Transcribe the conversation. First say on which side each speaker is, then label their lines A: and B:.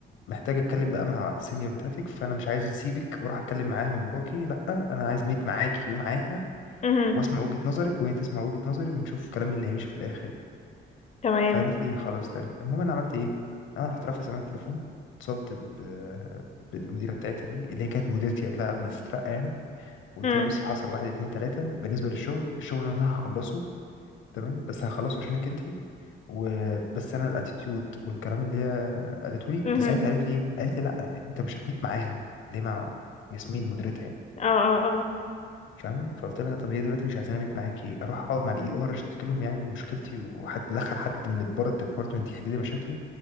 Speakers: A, on the left; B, on the left.
A: محتاج اتكلم بقى مع السينيور بتاعتك فانا مش عايز اسيبك واروح اتكلم معاها من وراكي لا انا عايز اميت معاكي ومعاها
B: امم
A: واسمع وجهه نظرك وهي تسمع وجهه نظري ونشوف كلامي اللي هيمشي في الاخر يعني
B: تمام
A: فقالت لي خلاص تمام المهم انا عملت ايه انا رحت رافع سماعه التليفون اتصلت ب- بالمديره بتاعتها دي اللي هي كانت مديرتي قبلها قبل ما تترقى يعني وقلت
B: امم
A: لها بصي حصل واحد اتنين تلاته بالنسبه للشغل الشغل اللي انا هخلصه تمام بس هخلصه عشانك انت وبس انا الاتيتيود والكلام اللي هي قالته لي وده
B: امم
A: ساعتها قالت لي ايه قالت لي لا انت مش هتميت معاها اللي هي مع ياسمين مديرتها يعني
B: اه اه اه
A: فاهمة فقلت لها طب هي دلوقتي مش عايزاني أبيت معاكي أروح أقعد مع الإي آر أشتكي لهم يعني مشكلتي وحد دخل حد من بره الديبارتمنت يحل لي مشاكلي